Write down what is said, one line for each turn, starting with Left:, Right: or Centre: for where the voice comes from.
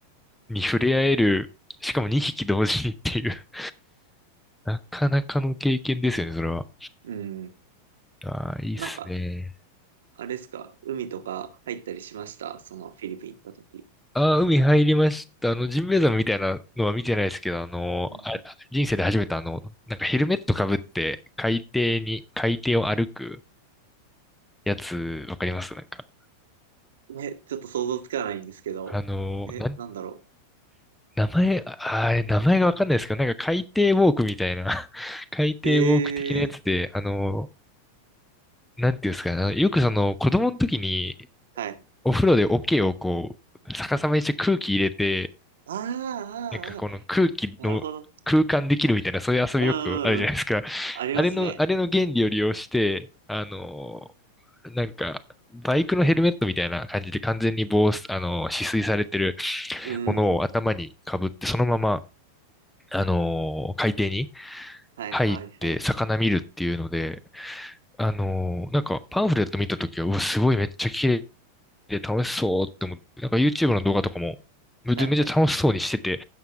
Centre: に触れ合える、しかも2匹同時にっていう <laughs> なかなかの経験ですよね、それは。
Right: うん。
Centre: ああ、いいっすね。
Right: なんか、あれですか、海とか入ったりしましたそのフィリピン行った時。
Centre: ああ、海入りました。あの、ジンベエザメみたいなのは見てないですけど、あの、
Right: うん
Centre: あ、人生で初めてあの、なんかヘルメットかぶって海底に、海底を歩くやつ、わかりますなんか。
Right: ね、ちょっと想像つかないんですけど。
Centre: あの、
Right: え、
Centre: なん、
Right: なんだろ
Centre: 名前、ああれ、名前がわかんないですけど、なんか海底ウォークみたいな、<laughs> 海底ウォーク的なやつで、
Right: う。ええー
Centre: あの、なんていうんですかね、あのよくその子供の時に
Right: はい。
Centre: お風呂で桶をこう、逆さまにして空気入れて、
Right: あーあー、
Centre: なんかこの空気の空間できるみたいな、
Right: あーなるほど。
Centre: そういう遊びよくあるじゃないですか。
Right: うんうんうん。ありますね。
Centre: あれの、あれの原理を利用して、あの、なんか、バイクのヘルメットみたいな感じで完全に防、あの、止水されてる
Right: うんうん。
Centre: ものを頭に被って、そのまま、あの、海底に
Right: はいはいはい。
Centre: 入って魚見るっていうので、あの、なんかパンフレット見たときは、うわ、すごいめっちゃ綺で楽しそうって思って、なんか YouTube の動画とかもめちゃめちゃ楽しそうにしてて、
Right: はいはい。